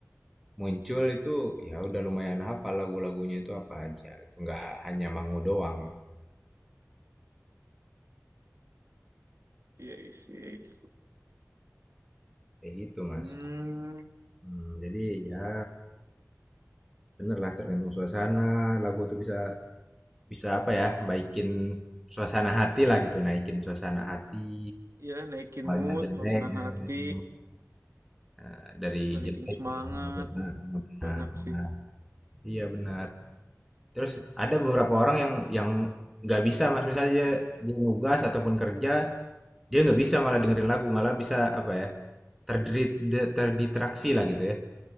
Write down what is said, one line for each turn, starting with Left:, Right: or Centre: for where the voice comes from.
Centre: Muncul itu, ya udah lumayan hafal lagu-lagunya itu apa aja, itu nggak hanya Mangu doang,
Right: Iya, iya, iya.
Centre: kayak gitu
Right: Hmm,
Centre: Mas. Hmm, jadi ya bener lah tergantung suasana, lagu tuh bisa bisa apa ya, baikin suasana hati lah gitu, naikin suasana hati.
Right: iya, naikin
Centre: Banyak
Right: mood,
Centre: jelek
Right: suasana
Centre: gitu
Right: hati,
Centre: itu eh, dari
Right: balikin
Centre: jelek
Right: semangat,
Centre: ke bagus. Nah,
Right: banyak sih.
Centre: nah, iya benar. Terus ada beberapa orang yang yang nggak bisa Mas misalnya dia, dia nugas ataupun kerja Dia nggak bisa malah dengerin lagu, malah bisa apa ya, terdiri- de- terdistraksi lah gitu ya.